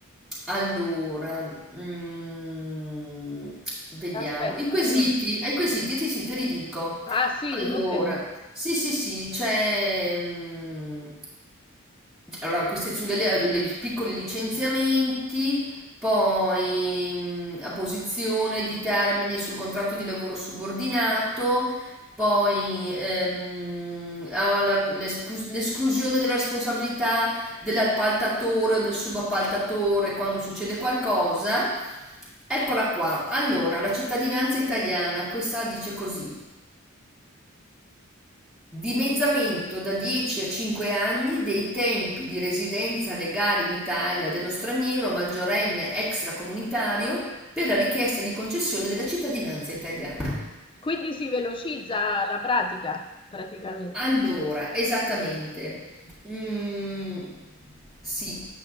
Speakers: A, in the centre; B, on the left.
A: allora, mm, vediamo.
B: Aspetta,
A: I quesiti,
B: allora.
A: ai quesiti sì, sì, te li dico.
B: Ah sì,
A: Allora,
B: ok.
A: sì, sì, sì, c'è. mm, allora, questi sulle le- le- i piccoli licenziamenti. Poi mh, a posizione di termine sul contratto di lavoro subordinato, poi ehm, alla- l'esclus- l'esclusione della responsabilità dell'appaltatore o del subappaltatore quando succede qualcosa. Eccola qua. Allora, la cittadinanza italiana, questa dice così. Dimezzamento da dieci a cinque anni dei tempi di residenza legale in Italia dello straniero maggiorenne extracomunitario per la richiesta di concessione della cittadinanza italiana.
B: Quindi si velocizza la pratica, praticamente.
A: Allora, esattamente. Mm, sì,